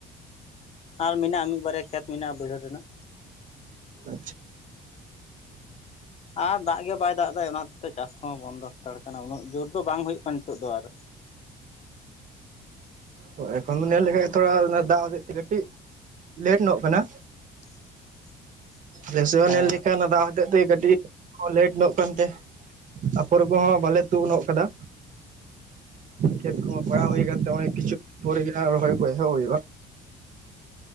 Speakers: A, on the left (about 40°); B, on the right (about 50°).
A: ᱟᱨ ᱢᱮᱱᱟᱜ-ᱟ ᱢᱤᱫ- ᱵᱟᱨᱭᱟ ᱠᱷᱮᱛ ᱢᱮᱱᱟᱜ-ᱟ ᱵᱟᱹᱭᱦᱟᱹᱲ ᱨᱮᱱᱟᱜ᱾
B: ᱟᱪᱪᱷᱟ,
A: ᱟᱨ ᱫᱟᱜ ᱜᱮ ᱵᱟᱭ ᱫᱟᱜ ᱮᱫᱟ ᱚᱱᱟ ᱠᱷᱟᱛᱤᱨ ᱛᱮ ᱪᱟᱥ ᱠᱚᱦᱚᱸ ᱵᱚᱱᱫᱚ ᱦᱟᱛᱟᱲ ᱟᱠᱟᱱᱟ, ᱩᱱᱟᱹᱜ ᱡᱳᱨ ᱫᱚ ᱵᱟᱝ ᱦᱩᱭᱩᱜ ᱠᱟᱱᱟ ᱱᱤᱛᱳᱜ ᱫᱚ ᱟᱨ᱾
B: ᱦᱮᱸ ᱮᱠᱷᱚᱱ ᱧᱮᱞ ᱞᱮᱠᱷᱟᱱ ᱛᱷᱚᱲᱟ ᱚᱱᱟ ᱫᱟᱜᱮᱫ ᱛᱮ ᱠᱟᱹᱴᱤᱡ ᱞᱮᱴ ᱧᱚᱜ ᱠᱟᱱᱟ᱾
A: <inaudible>
B: ᱨᱮᱥᱚ
A: ᱦᱮᱸ
B: ᱧᱮᱞ ᱞᱮᱠᱷᱟᱱ ᱱᱚᱵᱟ ᱫᱟᱜ ᱦᱚᱛᱮᱛ ᱛᱮ ᱠᱟᱹᱴᱤᱡ ᱞᱮᱴ ᱧᱚᱜ ᱠᱟᱱᱛᱮ᱾ ᱟᱯᱷᱚᱨ ᱠᱚᱦᱚᱸ ᱵᱟᱞᱮ ᱛᱩᱜ ᱱᱚᱜ ᱠᱟᱫᱟ᱾ ᱠᱷᱮᱛ ᱠᱚᱦᱚ ᱯᱟᱲᱟᱜ
A: ᱦᱮᱸ ᱚ
B: ᱦᱩᱭ ᱠᱟᱱ ᱛᱟᱦᱮᱸ ᱠᱤᱪᱷᱩ ᱯᱚᱨᱮ ᱜᱮ ᱦᱟᱜ ᱨᱚᱦᱚᱭ ᱠᱚ ᱮᱦᱚᱵ ᱦᱩᱭᱩᱜᱼᱟ᱾